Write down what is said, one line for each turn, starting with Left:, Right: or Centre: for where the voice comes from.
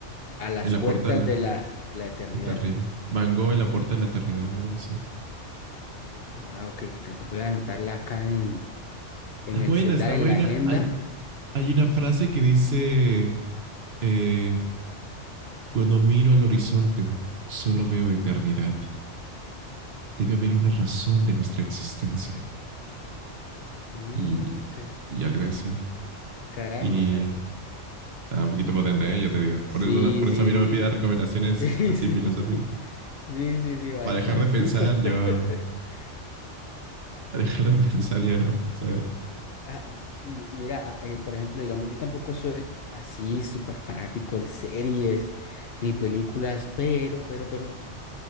Left: A las
Right: En la
Left: puertas
Right: puerta de la
Left: de la, la eternidad.
Right: eternidad. Van Gogh en la puerta de la eternidad, algo así.
Left: Ah, ok, ya te voy a anotarla acá en, en
Right: Está
Left: el
Right: buena,
Left: celular,
Right: está
Left: en
Right: buena.
Left: la agenda.
Right: Hay, hay una frase que dice, eh, cuando miro al horizonte, solo veo eternidad. Debe haber una razón de nuestra existencia.
Left: Mm,
Right: Y,
Left: ca-
Right: y algo así.
Left: caramba.
Right: Y
Left: o sea,
Right: está un poquito potente, ¿eh? Yo te digo.
Left: Sí,
Right: Por eso, no- por
Left: sí.
Right: eso a mí no me pidas recomendaciones
Left: <laughs>
Right: así filosóficas.
Left: Sí, sí, sí, sí, bastantico.
Right: Para dejar de pensar, yo no.
Left: <laughs>
Right: Para dejar de <laughs> pensar, yo no, ¿sabes?
Left: Ah, m- mira, ah, eh, por ejemplo, digamos, yo tampoco soy así súper fanático de series ni películas, pero, pero, pero,